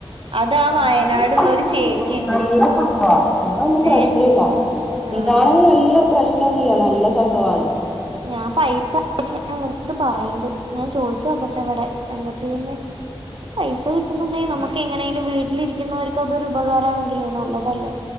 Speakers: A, on the right (about 55°); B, in the centre.
A: അതാ വയനാടുള്ള
B: ഇതാ പ്രശ്നൊന്നുല്ല
A: ഒരു ചേച്ചിയുണ്ട്
B: നല്ല സംഭവ ഇതൊന്നും പ്രശ്നല്ല.
A: ഏ ആഹ്
B: ഇതാണെങ്കി നല്ല പ്രശ്നൊന്നുല്ലാ നല്ല സംഭവാണ്.
A: ഞാൻ പൈസ <unintelligible> <unintelligible> പറയണ്ട് ഞാൻ ചോദിച്ച് നോക്കട്ടെ ഇവിടെ എന്ന്ട്ട് പിന്നെ പൈസ കിട്ടുന്നുണ്ടെ നമ്മക്ക് എങ്ങനെലും വീട്ടിലിരിക്കുന്നവർക്ക് അതൊരു ഉപകാരാണെങ്കിലേ നല്ലതല്ലേ.